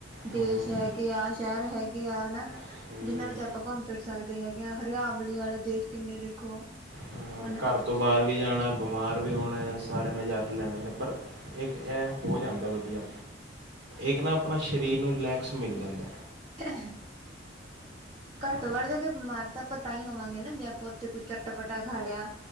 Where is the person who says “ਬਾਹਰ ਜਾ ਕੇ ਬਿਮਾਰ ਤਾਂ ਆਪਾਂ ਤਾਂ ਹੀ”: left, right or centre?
Right